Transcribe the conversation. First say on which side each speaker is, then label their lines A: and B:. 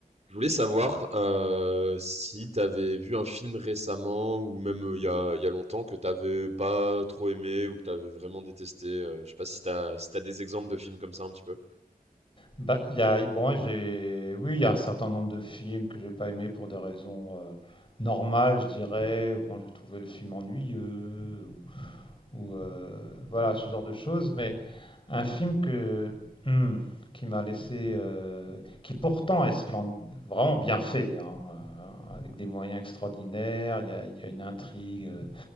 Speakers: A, on the right; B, on the left.
A: Je voulais savoir euh, si tu avais vu un film récemment ou même euh, il y a, il y a longtemps que t'avais pas trop aimé ou que t'avais vraiment détesté. euh, je sais pas si t'as si t'as des exemples de films comme ça un petit peu.
B: Bah, il y a, bon, j'ai, oui, il y a un certain nombre de films que j'ai pas aimé pour des raisons euh, normales, je dirais. Bon, j'ai trouvé le film ennuyeux ou, ou, euh, voilà ce genre de choses. Mais un film que hmm, qui m'a laissé, euh, qui pourtant est splend- vraiment bien fait, hein, euh, avec des moyens extraordinaires. Il y a, il y a une intrigue euh,